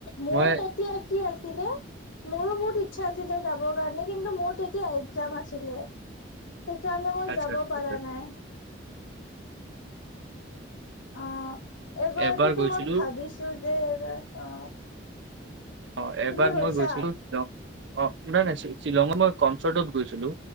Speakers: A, on the left; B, on the right.
A: মোৰ
B: মই
A: তেতিয়া কি আছিলে, মোৰো বহুত ইচ্ছা আছিলে যাবৰ কাৰণে কিন্তু মোৰ তেতিয়া এক্জাম আছিলে। সেই কাৰণে মই
B: আচ্ছা
A: যাব পাৰা
B: আচ্ছা
A: নাই। অ এইবাৰটোতো
B: এবাৰ গৈছিলো
A: মই ভাবিছোঁ যে অ।
B: অ এবাৰ
A: তুমি গৈছা?
B: মই গৈছিলোঁ তেওঁ অ নাই নাই। শ্বিলঙত মই কনচাৰ্টত গৈছিলোঁ